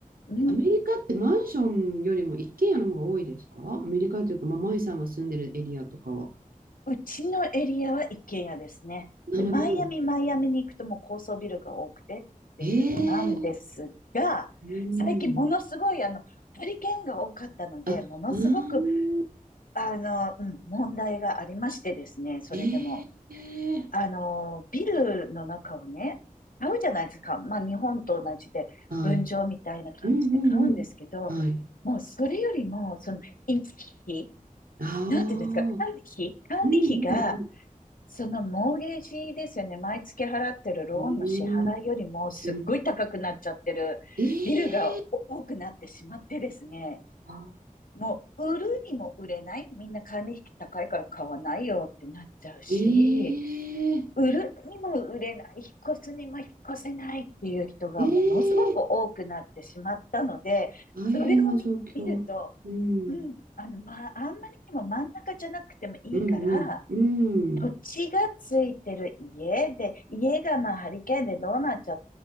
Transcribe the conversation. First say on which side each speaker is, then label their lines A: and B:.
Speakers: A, on the left; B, on the right.
A: うん。
B: アメリカってマンションよりも一軒家の方が多いですかアメリカというか、まあ、マイさんが住んでるエリアとかは。
A: うちのエリアは一軒家ですね。
B: なるほど。
A: で、マイアミ、マイアミに行くともう高層ビルが多くてっていうのなんですが、
B: ええー。うー
A: 最近ものすごいあの、
B: ん。
A: ハリケーンが多かったので、
B: あ、
A: ものすごく、
B: うーん。
A: あの、うん、問題がありましてですね、それでも。
B: ええー。
A: あのー、ビルの中をね、買うじゃないですか。まあ、日本と同じで、
B: はい。
A: 分譲みたいな感じで買うんですけど、
B: うんうんうん。はい。
A: もうそれよりも、その、維持費、
B: あ
A: なんていうんですか、管理費、
B: あ。
A: 管理費が、
B: うんうんうん。
A: そのモーゲージですよね、毎月払ってるローンの支払いよりも、
B: うーん。
A: すっごい高くなっちゃってるビルが多くなってしまってですね、
B: うんええあ
A: もう売るにも売れない、みんな管理費高いから買わないよってなっちゃうし、
B: ええ
A: 売るにも売れない、引っ越すにも引っ越せないっていう人がものすごく多くなってしまったので、
B: ええ大変な状況。
A: それを見、見ると、
B: うん。
A: うん、あの、まあ、あんまりにも真ん中じゃなくてもいいから、
B: うんうん。
A: 土地がついてる家で、
B: うん。
A: 家がまあハリケーンでどうなっちゃっ